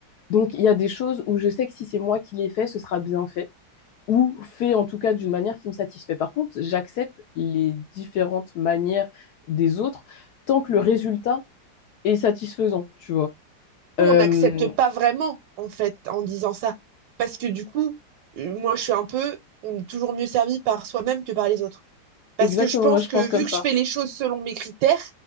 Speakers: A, on the left; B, on the right.
A: Donc, il y a des choses où je sais que si c'est moi qui les fais, ce sera bien fait ou fait en tout cas d'une manière qui me satisfait. Par contre, j'accepte les différentes manières des autres tant que le résultat est satisfaisant, tu vois.
B: Nous,
A: Euh,
B: on n'accepte pas vraiment, en fait, en disant ça. Parce que du coup, euh, moi, je suis un peu, on est toujours mieux servi par soi-même que par les autres. parce
A: exactement,
B: que je pense
A: moi je
B: que
A: pense
B: vu
A: comme ça.
B: que je fais les choses selon mes critères,